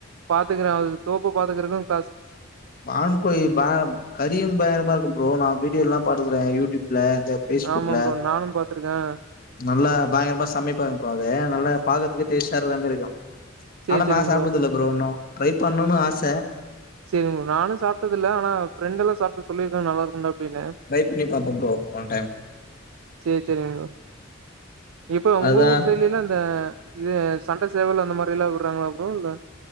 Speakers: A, on the right; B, on the left.
A: பாத்துக்கற அது தோப்ப பாத்துக்கறக்கும்
B: வான் கோழி <unintelligible> கரியும் பயங்கரமா இருக்கும் ப்ரோ நா வீட்டுக்கு எல்லாம் பாத்துக்கற யூடுயூப் இல்ல இந்த பேஸ்புக்ல
A: ஆமா ப்ரோ நானு பாத்துருக்கே
B: நல்லா பயங்கரமா சமைப்பாங்க ப்ரோ அத நல்லா பாக்கறதுக்கு டேஸ்ட் ஆஹ் இருக்கறமாரி இருக்கும்
A: சேரி
B: ஆனா
A: சேரிங்க
B: நா சாப்பிடுதுல்ல ப்ரோ ஒன்னோ ட்ரை பண்ணணுன்னு ஆசை
A: சரி நானு சாப்பிட்டதுல்ல ஆனா ஃரெண்டெல்லா சாப் சொல்லிருக்கங் நல்லா இருக்கும்ண்டா <unintelligible>
B: ட்ரை பண்ணி பாப்போ ப்ரோ ஒன் டைம்
A: சேரி சேரிங் ப்ரோ இப்ப உங்க
B: அதுதா
A: ஊர் சைடுலல்ல அந்த இது சண்டை சேவல் அந்த மாரி எல்லாம் விடுறாங்களா ப்ரோ இல்ல